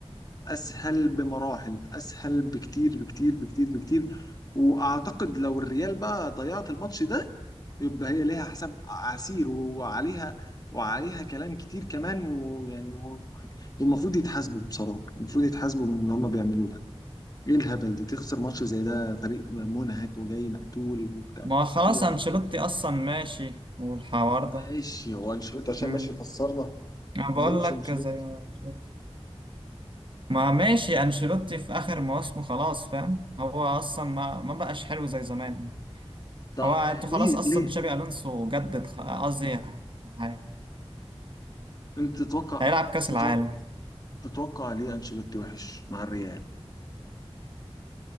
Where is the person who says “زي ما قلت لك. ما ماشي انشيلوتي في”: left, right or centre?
Right